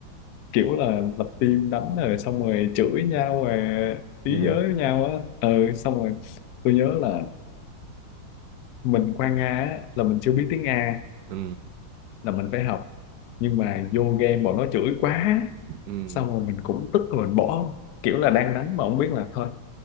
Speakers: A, on the left; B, on the right.
A: kiểu là lập team đánh rồi xong rồi chửi nhau rồi
B: <laughs>
A: ý giới với nhau á ừ xong rồi tôi nhớ là <clears throat> mình qua Nga á, là mình chưa biết tiếng Nga
B: ừ
A: là mình phải học nhưng mà vô game bọn nó chửi quá
B: ừ
A: xong rồi mình cũng tức rồi mình bỏ kiểu là đang đánh mà không biết là thôi